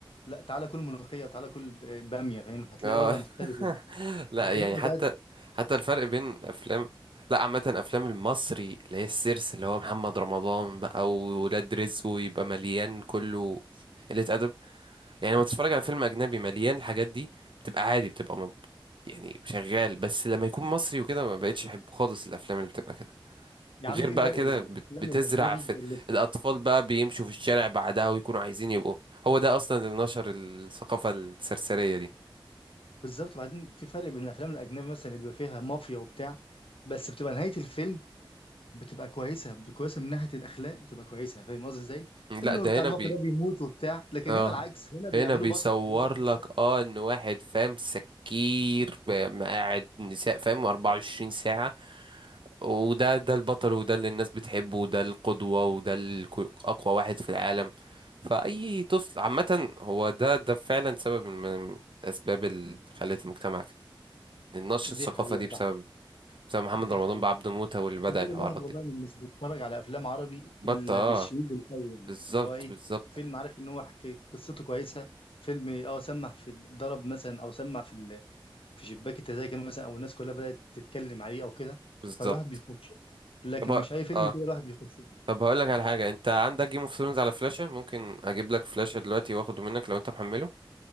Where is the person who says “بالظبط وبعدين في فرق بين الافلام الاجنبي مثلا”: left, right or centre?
Left